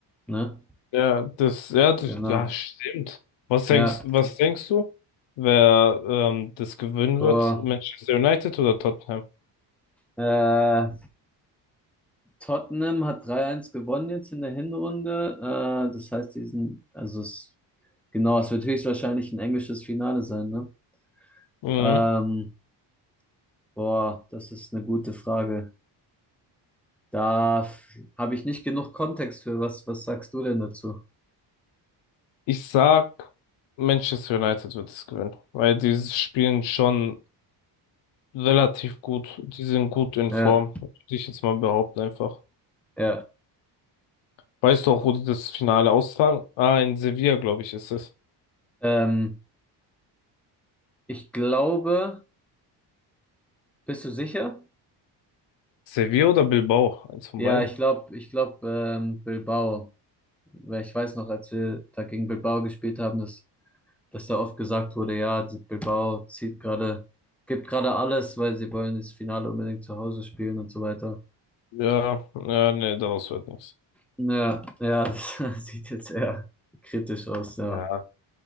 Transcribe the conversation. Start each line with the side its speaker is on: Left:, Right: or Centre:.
Centre: Ne?
Left: Ja, das, ja, das,
Centre: Genau.
Left: ja, stimmt. Was
Centre: Ja.
Left: denkst, was denkst du, wer ähm, das gewinnen
Centre: Boah.
Left: wird? Manchester United oder Tottenham?
Centre: Äh, Tottenham hat drei eins gewonnen jetzt in der Hinrunde. Äh, das heißt, die sind, also es, genau, es wird höchstwahrscheinlich ein englisches Finale sein, ne?
Left: Mhm.
Centre: Ähm, Boah, das ist eine gute Frage. Da f- habe ich nicht genug Kontext für. Was, was sagst du denn dazu?
Left: Ich sag, Manchester United wird es gewinnen, weil die spielen schon relativ gut. Die sind gut in
Centre: Ja,
Left: Form, würde ich jetzt mal behaupten einfach.
Centre: ja.
Left: Weißt du auch, wo die das Finale austragen? Ah, in Sevilla, glaube ich, ist es.
Centre: Ähm, ich glaube, bist du sicher?
Left: Sevilla oder Bilbao? Eins von
Centre: Ja,
Left: beiden.
Centre: ich glaube, ich glaube, ähm, Bilbao. Weil ich weiß noch, als wir da gegen Bilbao gespielt haben, dass, dass da oft gesagt wurde, ja, die Bilbao zieht gerade, gibt gerade alles, weil sie wollen das Finale unbedingt zu Hause spielen und so weiter.
Left: Ja, ja, nee, daraus wird nichts.
Centre: Ja, ja, <laughs> das sieht jetzt eher kritisch aus, ja.
Left: Ja,